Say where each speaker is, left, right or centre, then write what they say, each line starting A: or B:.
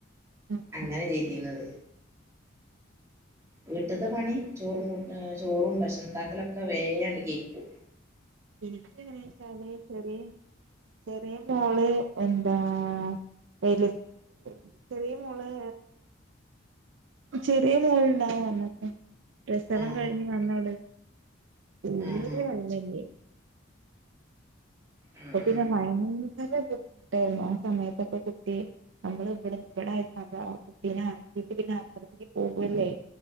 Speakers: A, on the right; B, on the right.
A: ഉം
B: അങ്ങനെ
A: ഉം
B: ചെയ്തീന്നത് വീട്ട്ത്തെ പണി ചോറും കൂട്ട ചോറും ഭക്ഷണണ്ടാക്കലൊക്കെ വേണ്ട് കെഴ്ക്കും
A: എനിക്ക്ങ്ങനെ വച്ചാല് ചെറേ ചെറേ മോള് എന്താ വെലു ചെറിയ മോള് ചെറിയ മോളുണ്ടാവും വന്നക്ക പ്രസവം
B: ആഹ്
A: കഴിഞ്ഞ് വന്ന <unintelligible>
B: ആഹ്
A: <inaudible> അേ <unintelligible>
B: ആഹ്
A: അ പിന്നെ മയ <unintelligible> ന ബുദ്ധിമുട്ടായിരുന്നു ആ സമയത്തൊക്കെ കുട്ടി നമ്മൾ ഇവിടെ ഇവിടെ കുട്ടനീട്ട പിന്നെ അപ്പുറത്തേക്ക് പോകല്ലേ